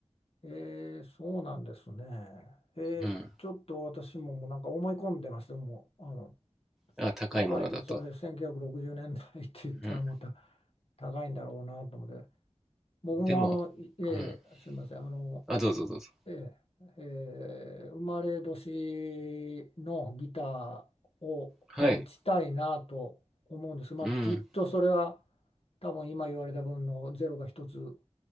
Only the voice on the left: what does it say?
えーそうなんですね。えーちょっと私ももうなんか思い込んでました。
もう、あの、
高い、それ1960年代って言ったらまた
高いんだろうなと思って、僕もあの、
いええすみません、
あの、
ええ、ええ生まれ年のギターを持ちたいなと思うんですまあ、
きっとそれは多分今言われた分のゼロが一つ